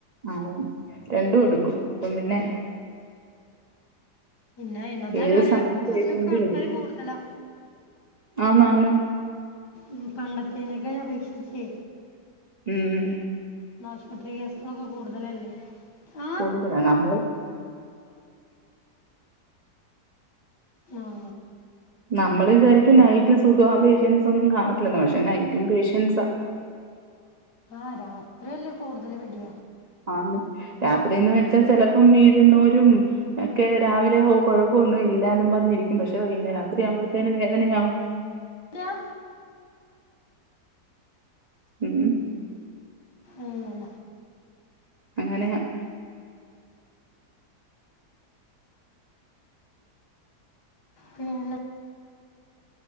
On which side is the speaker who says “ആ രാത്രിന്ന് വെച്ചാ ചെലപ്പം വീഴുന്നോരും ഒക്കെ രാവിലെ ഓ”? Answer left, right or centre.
Right